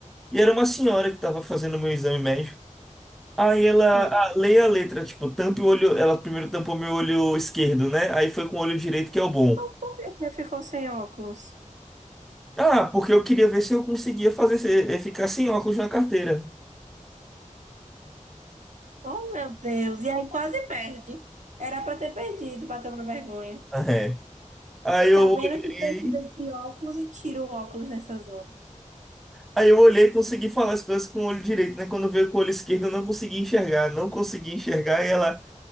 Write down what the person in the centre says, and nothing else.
E era uma senhora que tava fazendo o meu exame médico. Aí ela,
ah, leia a letra, tipo, tampe o olho, ela primeiro tampou meu olho esquerdo, né? Aí foi com o olho direito que é o bom.
Ah, porque eu queria ver se eu conseguia fazer, se- eh, ficar sem óculos na carteira. <laughs>
Ah, É. Aí eu
olhei,
aí eu olhei e consegui falar as coisas com o olho direito, né? Quando veio com o olho esquerdo, eu não consegui enxergar, não consegui enxergar, e ela,